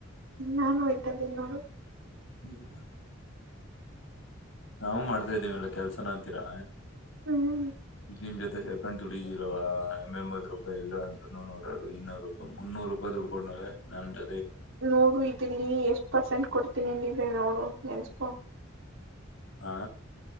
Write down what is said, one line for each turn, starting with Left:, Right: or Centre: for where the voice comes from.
Right: ನಾನು ಹಯ್ತ್ದೀಿ ನೋಡು
Left: ಹ್ಮ ನಾವವು ಮಾಡ್ತಾ ಇದೀವಿಲ್ಲ ಕೆಲ್ಸನ ಅಂತೀರಾ
Right: ಹ್ಮ್
Left: ನಿಮ್ ಜೊತೆ ಸೇರ್ಕೊಂಡ ದುಡಿದಿಲ್ವ ಎಂಬತ್ ರೂಪಾಯಿ ಇಲ್ಲ ಅ ನೂರರು ಇನ್ನೂರು ರೂಪಾಯ ಮುನ್ನೂರು ರೂಪಾಯ ಹಡ್ಕೊಂಡ ನಂದ
Right: ನೋಡು ಇದಿಲ್ಲಿ ಎಷ್ಟು ಪರ್ಸೆಂಟ್ ಕೊಡ್ತೀನಿ ಎಂದಿದ್ದ ನೋಡು ನೆನ್ಸ್ಕೋ
Left: ಆ